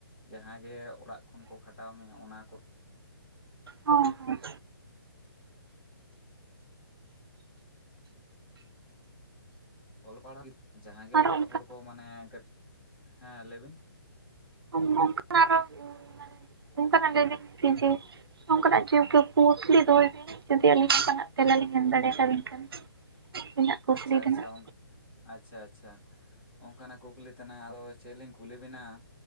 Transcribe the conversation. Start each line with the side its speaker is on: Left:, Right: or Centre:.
Left: ᱡᱟᱦᱟᱸ ᱜᱮ ᱚᱲᱟᱜ ᱠᱷᱚᱱ ᱠᱚ ᱠᱷᱟᱴᱟᱣ ᱢᱮ ᱚᱱᱟ ᱠᱚ᱾
Right: ᱚᱸ
Left: ᱚᱞᱚᱜ ᱯᱟᱲᱦᱟᱜ ᱡᱟᱦᱟᱸᱜᱮ
Right: ᱟᱨ
Left: ᱚᱲᱟᱜ
Right: ᱚᱱᱠᱟ
Left: ᱦᱚᱲ ᱠᱚ ᱢᱟᱱᱮ ᱠᱟᱹᱴᱤᱡ ᱦᱮᱸ ᱞᱟᱹᱭ ᱵᱤᱱ᱾
Right: <unintelligible> ᱚᱱᱠᱟᱱᱟᱜ ᱞᱟᱹᱭ ᱡᱮ ᱱᱚᱝᱠᱟᱱᱟᱜ <unintelligible> ᱫᱚᱦᱚᱭ ᱵᱤᱱ ᱡᱩᱫᱤ ᱟᱹᱞᱤᱧ ᱚᱱᱠᱟᱱᱟᱜ ᱛᱮᱞᱟᱞᱤᱧ ᱮᱢ ᱫᱟᱲᱮᱭᱟᱛᱟᱵᱤᱱ ᱠᱷᱟᱱ᱾ ᱟᱹᱵᱤᱱᱟᱜ ᱠᱩᱠᱞᱤ
Left: ᱟᱪᱪᱷᱟ ᱟᱪᱪᱷᱟ
Right: ᱨᱮᱱᱟᱜ
Left: ᱚᱱ ᱟᱪᱪᱷᱟ ᱟᱪᱪᱷᱟ ᱚᱱᱠᱟᱱᱟᱜ ᱠᱩᱠᱞᱤ ᱛᱮᱱᱟᱜ ᱟᱨᱚ ᱪᱮᱫ ᱞᱤᱧ ᱠᱩᱞᱤ ᱵᱤᱱᱟ᱾